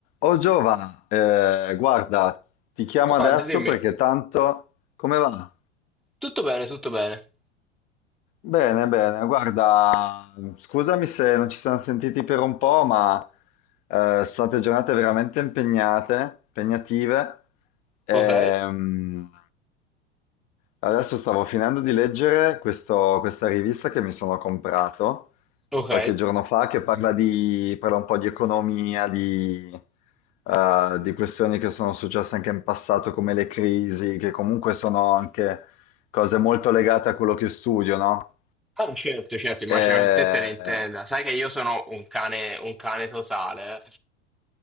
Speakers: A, on the left; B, in the centre.
A: Oh Giova, eh, guarda, ti chiamo
B: Oh,
A: adesso
B: Andre, dimmi.
A: perché tanto... Come va?
B: Tutto bene, tutto bene.
A: Bene, bene, guarda, scusami se non ci siamo sentiti per un po', ma eh, sono state giornate veramente impegnate, impegnative. Ehm,
B: Ok?
A: Adesso stavo finendo di leggere questo- questa rivista che mi sono comprato
B: Ok?
A: qualche giorno fa, che parla di, parla un po' di economia, di, eh, di questioni che sono successe anche in passato, come le crisi, che comunque sono anche cose molto legate a quello che studio, no?
B: Ah, certo, certo, immagino
A: E-
B: che te te ne intenda. Sai che io sono un cane, un cane totale.